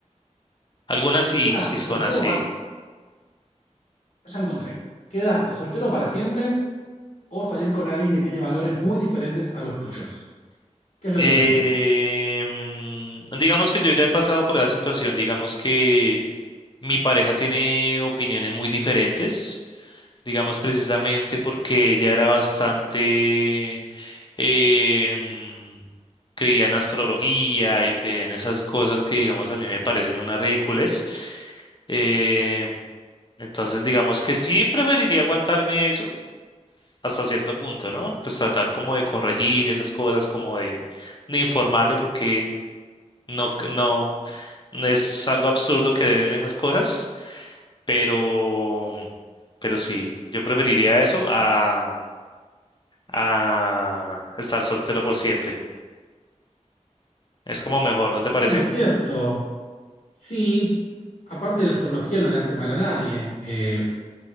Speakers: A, on the left; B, on the left.
A: Algunas sí,
B: ¿Quedarte
A: sí son
B: soltero
A: así.
B: para... Ya encontré. ¿Quedarte soltero para siempre o salir con alguien que tiene valores muy diferentes a los tuyos? ¿Qué es lo
A: Em,
B: que preferís?
A: digamos que yo ya he pasado por esa situación. Digamos que mi pareja tiene opiniones muy diferentes. Digamos precisamente porque ella era bastante Em, creía en astrología y creía en esas cosas que, digamos, a mí me parecen unas ridículas. Eh, entonces, digamos que sí preferiría aguantarme eso hasta cierto punto, ¿no? Pues tratar como de corregir esas cosas, como de, de informarle, porque no, no, no es algo absurdo creer en esas cosas, pero, pero sí, yo preferiría eso a, a estar soltero por siempre. Es como mejor, ¿no te parece?
B: Bueno, es cierto. Sí, aparte la astrología no le hace mal a nadie. Eh,